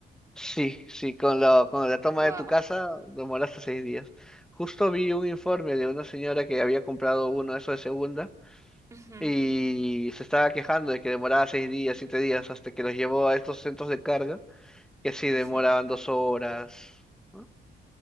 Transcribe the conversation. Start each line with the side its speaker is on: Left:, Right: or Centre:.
Centre: Sí, sí, con lo, con la toma
Right: Wow.
Centre: de tu casa demora hasta seis días. Justo vi un informe de una señora que había comprado uno de esos de segunda
Right: Ujú,
Centre: y se estaba quejando de que demoraba seis días, siete días, hasta que los llevó a estos centros de carga, que sí demoraban
Right: ujú.
Centre: dos horas, ¿no?